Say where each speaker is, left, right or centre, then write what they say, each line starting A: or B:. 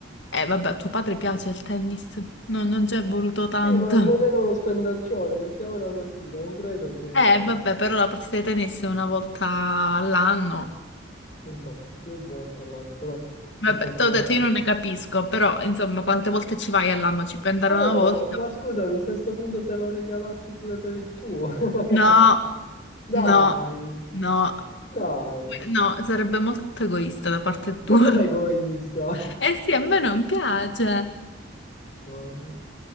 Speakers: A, on the left; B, on the left.
A: Eh, vabbè, a tuo padre piace il tennis. No, non ci è voluto tanto.
B: Sì, ma non è uno spendaccione, mettiamola così, non credo che...
A: Eh, vabbè, però la partita di tennis è una volta all'anno.
B: Insomma, più volte all'anno, però, nel
A: Vabbè,
B: senso
A: te
B: una...
A: l'ho detto, io non ne capisco, però insomma, quante volte ci vai all'anno? Ci puoi andare
B: Ah,
A: una
B: mo,
A: volta?
B: ma scusami, se a sto punto te lo regalassi pure per il tuo. <laughs>
A: No,
B: Dai,
A: no, no,
B: dai.
A: no, sarebbe molto egoista da parte
B: Ma
A: tua.
B: com'è
A: <laughs>
B: egoista? <laughs>
A: Eh sì, a me non piace.
B: Oh.